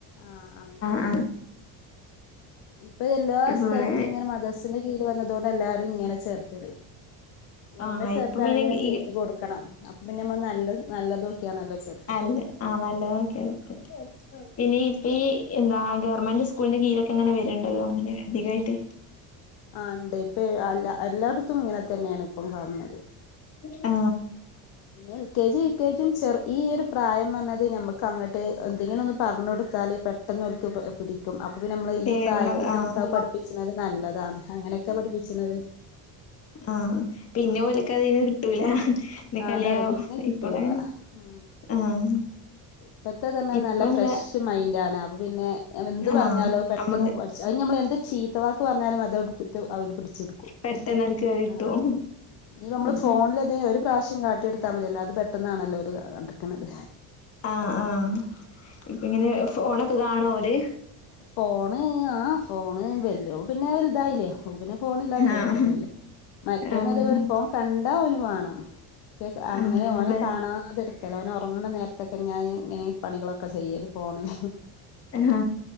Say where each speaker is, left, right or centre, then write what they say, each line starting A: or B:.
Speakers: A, on the left; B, on the left.
A: ആ അങ്ങനെ
B: ആ
A: ഇപ്പൊ എല്ലാ
B: ഇവള്
A: സ്ഥലത്തും ഇങ്ങനെ മദസ്സിന്റെ കീഴില് വന്നത് കൊണ്ട് എല്ലാരും ഇങ്ങനെ ചേർത്തല്
B: ആഹ്
A: എവിടെ ചേർത്താണെങ്കിലും
B: ഇപ്പൊ പിന്നെ
A: ഫെയ്
B: ഈ
A: കൊടുക്കണം അപ്പൊ പിന്നെ നമ്മൾ നല്ല നല്ലതൊക്കെയാണല്ലോ ചേർത്ത്
B: ആഹ് നല്ല നോക്കെ ഓക്കെ പിന്നെ ഇപ്പ ഈ എന്താ ഗവൺമെന്റ് സ്കൂളിന്റെ കീഴൊക്കെ എങ്ങനെ വരുണ്ടല്ലോ അങ്ങനെ അധികമായിട്ട്
A: ആ ഇണ്ട് ഇപ്പൊ അല്ലാ എല്ലായിടത്തും ഇങ്ങനെ തന്നെയാണ് ഇപ്പം കാണ്ന്നത്
B: ആ
A: പിന്നെ L K G U K ജിയും ചെറ് ഈ ഒരു പ്രായം പറഞ്ഞത് നമ്മക്ക് അങ്ങോട്ട് എന്തെങ്കിലും ഒന്ന് പറഞ്ഞൊടുത്താല് പെട്ടെന്ന് ഒൽക്ക് പിടിക്കും അപ്പൊ നമ്മള്
B: കേറണത്
A: ഈ പ്രായത്തിൽ
B: ആഹ്
A: നമുക്ക് ആ പഠിപ്പിച്ചണത് നല്ലതാണ് അങ്ങനെയൊക്കെ പഠിപ്പിച്ചുന്നത്
B: ആഹ പിന്നെ ഓലക്ക അതിന് കിട്ടൂല പിന്നെ
A: ആ
B: കളിയാവും
A: അതതെ പിന്നെ കിട്ടൂല
B: ഇപ്പളെ
A: ഉ
B: ആഹ്
A: ഇപ്പത്തെ തന്നെ
B: ഇപ്പൊ
A: നല്ല
B: എന്താ
A: ഫ്രഷ് മൈൻഡ ആണ് അ പിന്നെ എന്ത്
B: ആഹ്
A: പറഞ്ഞാലോ പെട്ടെന്ന്
B: നമ്മള്
A: പഠിച്ച അത് നമ്മൾ എന്ത് ചീത്തവാക്ക് പറഞ്ഞാലും അതോട് അവ പിടിച്ചെടുക്കും
B: പെട്ടെന്നോൽക്ക് കിട്ടും
A: ആ ഇനി നമ്മള്
B: ഉം
A: ഫോണില ഒരു പ്രാവശ്യം കാട്ടിയെടുത്താൽ മതിയല്ലോ അത് പെട്ടെന്നാണല്ലോ ഒരു കിക്കണുന്നത്
B: ആഹ ആഹ ഇപ്പ ഇങ്ങനെ ഫോണൊക്കെ കാണോര്
A: ഫോണ് ആ ഫോണ് വല്ലുള് പിന്നെ വലുതായില്ലേോ ബിനെ ഫോൺ ഇല്ലാ ാൻ
B: ആഹ്
A: പറ്റൂലല്ലേ മറ്റോന്ന്
B: ആഹ്
A: അതേല ഒരു ഫോൺ കണ്ടാ നി വേണം പക്ഷെ അങ്ങനെ
B: ആഹ്
A: ഓനെ
B: ഇവ
A: കാണാതെടു ചിലവന ഉറങ്ങുന്ന നേരത്തൊക്കെ ഞാൻ ഇങ്ങനെയെങ്ങെ പണികളൊക്കെ ചെയ്യ ഫോണിൽ
B: ആ